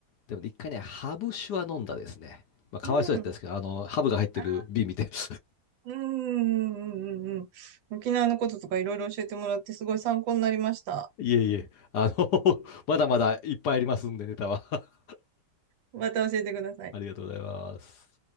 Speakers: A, on the left; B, on the right.
A: でもね一回ね、ハブ酒は飲んだですね。まあ、かわいそうやったんですけど、
B: うん。
A: あの、ハブが入ってる瓶見て。
B: あ
A: <laughs>
B: うんうんうんうんうん。沖縄のこととかいろいろ教えてもらってすごい参考になりました。
A: いえいえ、<laughs> あの、<laughs> まだまだいっぱいありますんで、ネタは。<laughs>
B: また教えてください。
A: ありがとうございます。